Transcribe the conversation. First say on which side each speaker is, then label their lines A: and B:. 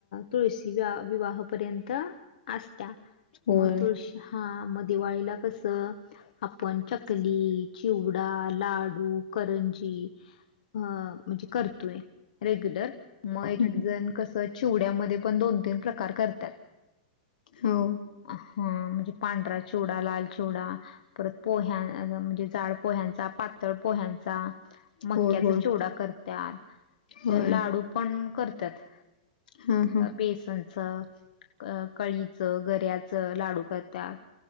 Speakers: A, on the left; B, on the left.
A: तुळशी विवाहपर्यंत असत्या.
B: होय.
A: मग तुळशी हा मग दिवाळीला कसं आपण चकली चिवडा लाडू करंजी अ म्हणजे करतोय रेग्युलर. मग एक
B: हं.
A: जण कस चिवड्यामध्ये पण दोन तीन प्रकार करतात.
B: हो
A: हा म्हणजे पांढरा चिवडा लाल चिवडा परत पोह्यां म्हणजे झाड पोह्यांचा पातळ पोह्यांचा मक्याचा
B: होय, होय.
A: चिवडा करत्यात
B: होय.
A: <unintelligible> लाडू पण करत्यात.
B: हां, हां.
A: बेसनच अं कळीचं गऱ्याचं लाडू करत्यात.